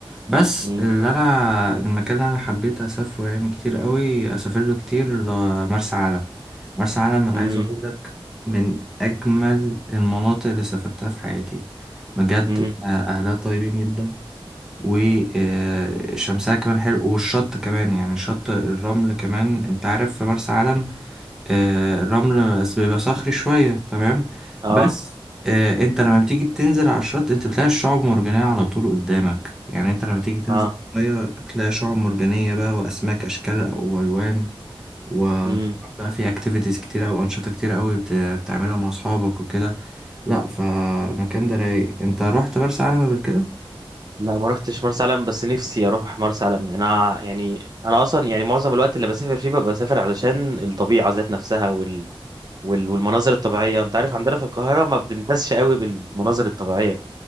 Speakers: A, in the centre; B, on the right.
A: بس
B: امم
A: اللي انا المكان اللي انا حبيت اسافره يعني كتير قوي اسافر له كتير ل- مرسى علم مرسى علم انا
B: امم
A: عايز اقول لك من اجمل المناطق اللي سافرتها في حياتي بجد
B: امم
A: آه، اهلها طيبين جدا وشمسها كمان حلو والشط كمان يعني شط الرمل كمان انت عارف في مرسى علم آه، الرمل بس بيبقى صخري شوية تمام
B: اه
A: بس آه، انت لما بتيجي بتنزل على الشط انت بتلاقي الشعب مرجانية على طول قدامك يعني انت لما تيجي تنزل
B: اه
A: المية بتلاقي شعب مرجانية بقى وأسماك أشكال وألوان وطبعا
B: امم
A: بقى في اكتيفيتيز كتير أو أنشطة كتير أوي بت- بتعملها مع أصحابك وكده لأ فالمكان ده رايق انت رحت مرسى علم قبل كده؟
B: لا ما رحتش مرسى علم بس نفسي اروح مرسى علم انا يعني انا اصلا يعني معظم الوقت اللي بسافر فيه ببقى بسافر علشان الطبيعه ذات نفسها وال... وال... والمناظر الطبيعيه انت عارف عندنا في القاهره ما بنمتازش قوي بالمناظر الطبيعيه